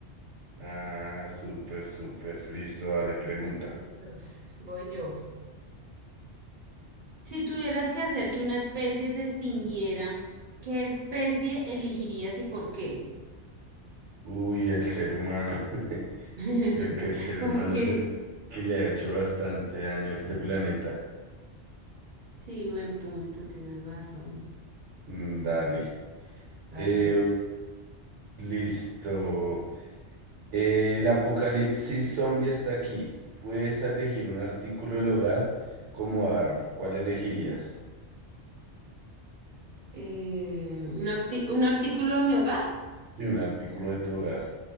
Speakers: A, on the right; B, on the right.
A: Ah, súper, súper, listo, dale, pregunta.
B: Listos, voy yo. Si tuvieras que hacer que una especie se extinguiera, ¿qué especie elegirías y por qué?
A: Uy, el ser humano. <laughs>
B: <laughs>
A: Creo que el ser
B: Porque,
A: humano es el que le ha hecho bastante daño a este planeta.
B: sí, buen punto, tienes razón.
A: Mm, Dale.
B: Vas
A: Eh,
B: tú.
A: listo. Eh, el apocalipsis zombie está aquí. Puedes elegir un artículo del hogar como arma. ¿Cuál elegirías?
B: Eh, ¿un, arti- un artículo de mi hogar?
A: Sí, un artículo de tu hogar.